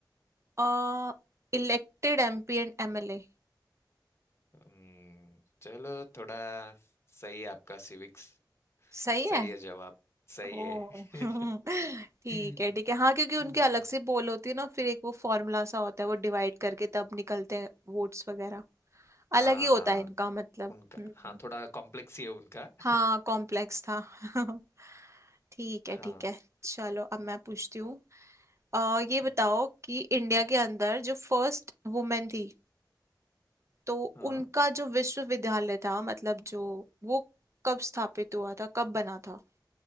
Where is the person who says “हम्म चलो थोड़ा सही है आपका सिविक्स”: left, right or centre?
Left